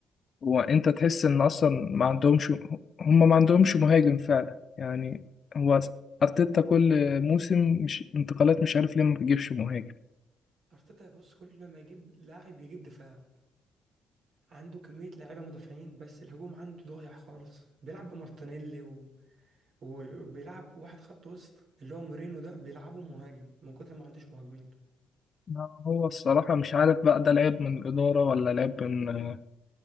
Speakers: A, on the left; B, on the right.
A: هو انت تحس ان اصلا ما عندهمش هم ما عندهمش مهاجم فعلا يعني هو ارتيتا كل موسم مش انتقالات مش عارف ليه ما بيجيبش مهاجم
B: أرتيتا بص كل ما يجيب لاعب يجيب دفاع عنده كمية لاعيبة مدافعين بس الهجوم عنده ضايع خالص بيلعب بمارتينيلي وبيلعب واحد خط وسط اللي هو مورينو ده بيلعبه مهاجم من كتر ما عندوش مهاجمين
A: ما هو الصراحه مش عارف بقى ده لعيب من الاداره ولا لعيب من آه،